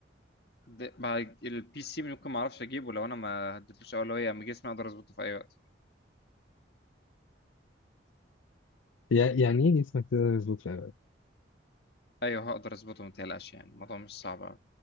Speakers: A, on the left (about 55°); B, on the left (about 80°).
A: د- مع البي سي ممكن ما اعرفش اجيبه لو انا ما اديتلوش اولويه اما جسمي اقدر اظبطه في اي وقت
B: يع- يعني ايه جسمك تقدر يظبط في
A: ايوه هقدر اظبطه ما تقلقش يعني الموضوع مش صعب